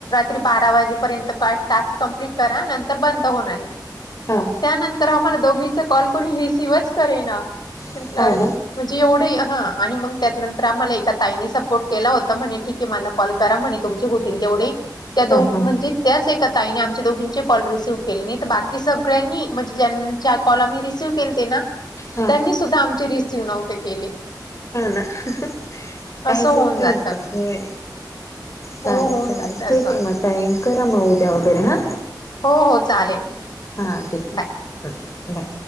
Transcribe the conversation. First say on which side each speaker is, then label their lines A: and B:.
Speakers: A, on the left; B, on the left.
A: बारा वाजेपर्यंत टास्क कंप्लीट करा, नंतर बंद होणार आहे,
B: हां हां
A: त्यानंतर आम्हाला दोघीचा कॉल,, कोणी रिसिवच करेना म्हटलं
B: हां
A: अरे
B: ना
A: म्हणजे एवढे हा, आणि मग त्यानंतर, आम्हाला एका ताईने सपोर्ट, केला होता, म्हणे ठीक आहे, मला कॉल करा म्हणे तुमचे होतील तेवढे, त्या दो
B: हां हां
A: म्हणजे त्याच एका ताईने, आमच्या दोघींचे कॉल रिसिव्ह केले नाही, त बाकी सगळ्यांनी म्हणजे, ज्यांच्या कॉल रिसिव्ह केलते ना,
B: हां
A: त्यांनी सुद्धा आमचे रिसिव नव्हते केले,
B: हो ना असचं,
A: असं होऊन
B: करतात
A: जातं
B: होय. चालेल,
A: हो होऊन
B: चालेल
A: जातं
B: ठीक
A: असं
B: आहे, मग ताई करा मग उद्या वगैरे हा,
A: हो, हो, चालेल.
B: हां ठीक
A: बाय.
B: आहे, बाय,